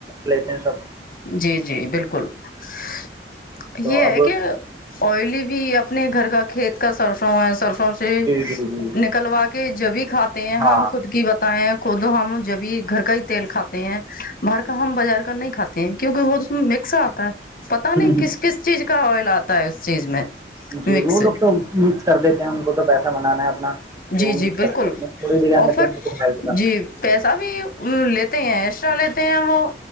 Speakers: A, on the right; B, on the left.
A: لیتے ہیں سب
B: جی جی بالکل <inaudible>
A: تو
B: یہ ہے
A: اب
B: کہ آئلی بھی آ اپنے گھر کا کھیت کا سرسوں ہے سرسوں سے
A: جی جی جی
B: نکلوا کے جبھی کھاتے ہیں
A: ہاں
B: ہم خود کی بتائے ہیں خود ہم جبھی گھر کا ہی تیل کھاتے ہیں باہر
A: جی
B: کا ہم بازار کر نہیں کاتے کیونکہ وہہت مکس آتا ہے پتا نہیں
A: جی
B: کس کس چیز کا آئل آتا ہے اس چیز میں
A: جی
B: مکس
A: وہ لوگ تو مکس کر دیتے ہیں ان کو تو پیسہ بنانا ہے اپنا
B: جی
A: تو وہ
B: جی
A: مس
B: بالکل
A: کر تھوڑیھیان
B: آفر
A: رکھیں ہیل کا
B: جی پیسہ بھی لیتے ہیں ایکسٹرا لیتے ہیں وہ